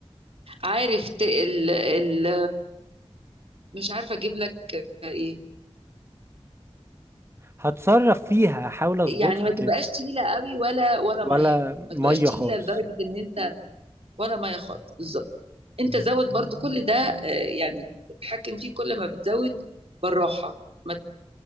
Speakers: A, on the right (about 65°); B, on the right (about 25°).
A: عارف ت- ال ال مش عارفة اجيب لك آه، ايه
B: هتصرف فيها احاول اظبطها
A: يعني ما تبقاش
B: كده
A: تقيلة قوي ولا ولا
B: ولا
A: مية
B: مية
A: ما تبقاش تقيلة
B: خالص
A: لدرجة ان انت ولا مية خالص بالظبط انت زود برضو كل ده آه، يعني تتحكم فيه كل ما بتزود بالراحة ما ت-